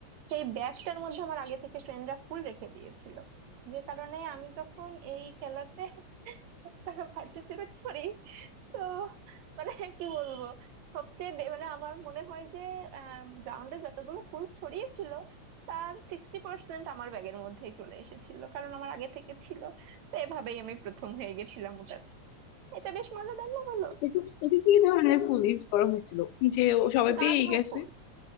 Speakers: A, on the right; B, on the left.
A: সেই ব্যাগটার মধ্যে আমার আগে থেকে ফ্রেন্ডরা ফুল রেখে দিয়েছিল যে কারণে আমি যখন এই খেলাতে <laughs> পার্টিসিপেট করি তো মানে কি বলবো সবচেয়ে বে- মানে আমার মনে হয় যে গ্রাউন্ডে যতগুলো ফুল ছড়িয়েছিল তার সিক্সটি পার্সেন্ট আমার ব্যাগের মধ্যেই চলে এসেছিল কারণ আমার আগে থেকে ছিল তো এভাবেই আমি প্রথম হয়ে গেছিলাম ওটাতে এটা বেশ মজাদার না বলো
B: এটা এটা কি ধরনের পুলিশ করা হয়েছিল যে ও
A: মানে
B: সবাই
A: গাঁদা
B: পেয়ে গেছে
A: ফুল